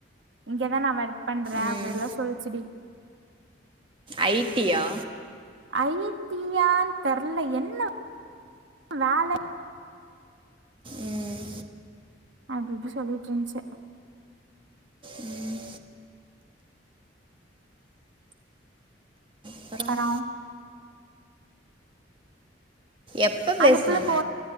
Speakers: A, on the right (about 75°); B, on the right (about 30°).
A: இங்கதா நா வர்க் பண்றே
B: ம்.
A: அப்டிலா சொல்ச்சிடி
B: ஐ டி யா
A: ஐ டி யான் தெரல என்ன வேல
B: ம்
A: அப்டி இப்டி சொல்லிட்ருந்துச்சு
B: ம் அப்பறம்
A: அப்பறோ
B: எப்ப பேசுனாங்க?
A: அந்த புள்ள போ